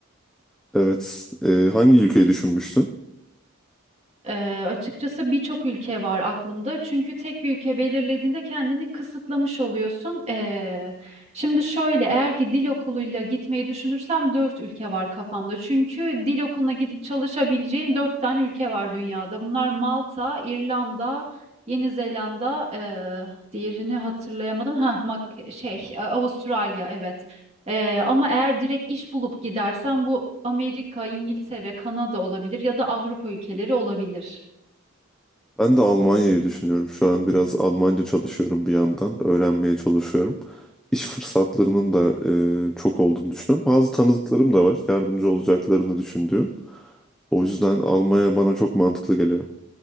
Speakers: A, in the centre; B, on the right.
A: Evet. E, hangi ülkeyi düşünmüştün?
B: Eee, açıkçası birçok ülke var aklımda. Çünkü tek bir ülke belirlediğinde kendini kısıtlamış oluyorsun. Eee, şimdi şöyle eğer ki dil okuluyla gitmeyi düşünürsem dört ülke var kafamda. Çünkü dil okuluna gidip çalışabileceğin dört tane ülke var dünyada. Bunlar Malta, İrlanda, Yeni Zelanda, eee, diğerini hatırlayamadım. Ha, mak şey, Avustralya, evet. Ee, ama eğer direkt iş bulup gidersen bu Amerika, İngiltere, Kanada olabilir ya da Avrupa ülkeleri olabilir.
A: Ben de Almanya'yı düşünüyorum. Şu an biraz Almanca çalışıyorum bir yandan. Öğrenmeye çalışıyorum. İş fırsatlarının da e, çok olduğunu düşünüyorum. Bazı tanıdıklarım da var. Yardımcı olacaklarını düşündüğüm. O yüzden Almanya bana çok mantıklı geliyor.